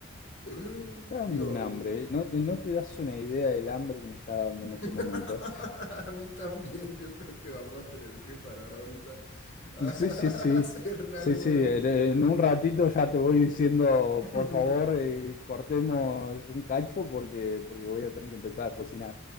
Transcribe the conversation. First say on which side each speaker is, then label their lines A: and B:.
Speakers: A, on the left; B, on the left.
A: Dios,
B: Me está dando un hambre, ¿eh? no, eh, no te das una idea del hambre que me está dando en este
A: <laughs>
B: momento.
A: a mí también, yo creo que vamos a tener que parar ahorita a
B: Sí,
A: <laughs>
B: sí, sí,
A: hacer
B: sí,
A: algo
B: sí,
A: de
B: en
A: comer.
B: en un ratito ya te voy diciendo,
A: <laughs>
B: por favor, eh, cortemos un cacho porque, porque voy a tener que empezar a cocinar.